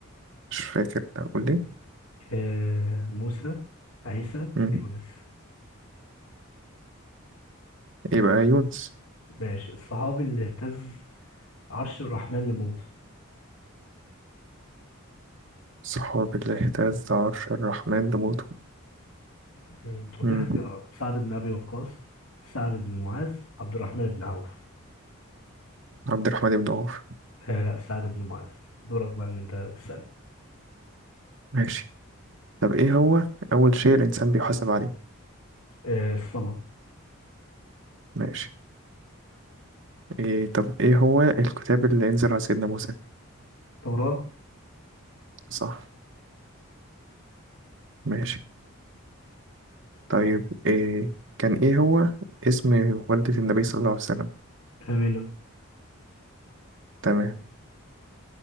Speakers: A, on the right (about 55°); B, on the left (about 80°).
A: مش فاكر أقول إيه
B: آه، موسى عيسى
A: مم.
B: يونس
A: يبقى يونس
B: ماشي الصحابي اللي اهتز عرش الرحمن لموته
A: صحاب اللي اهتز عرش الرحمن بموته
B: مم. اديك
A: مم.
B: اختيارات سعد بن ابي وقاص سعد بن معاذ عبد الرحمن بن عوف
A: عبد الرحمن بن عوف
B: آه لا سعد بن معاذ دورك بقى ان انت تسأل
A: ماشي طب إيه هو أول شيء الإنسان بيحاسب عليه
B: آه الصلاة
A: ماشي إيه طب إيه هو الكتاب اللي أنزل على سيدنا موسى
B: توراة
A: صح ماشي طيب إيه كان إيه هو اسم والدة النبي صلى الله عليه وسلم
B: آمنة
A: تمام